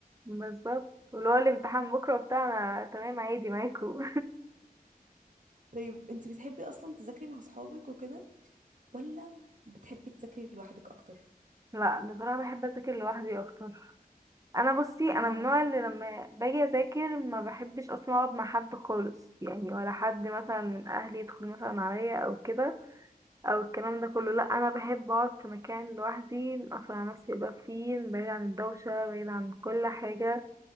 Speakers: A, on the right; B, on the right.
A: بالظبط ولو الامتحان بكرة بتاع أنا تمام عادي معاكو
B: طيب انت بتحبي اصلا تذاكري مع اصحابك وكده ولا بتحبي تذاكري لوحدك اكتر
A: <laughs> لا بصراحة بحب أذاكر لوحدي أكتر انا بصي انا
B: آه.
A: من النوع اللي لما باجي اذاكر ما بحبش اصلا اقعد مع حد خالص يعني ولا حد مثلا من اهلي يدخل مثلا عليا او كده او الكلام ده كله لا انا بحب اقعد في مكان لوحدي اقفل على نفسي يبقى فيه بعيد عن الدوشه بعيد عن كل حاجه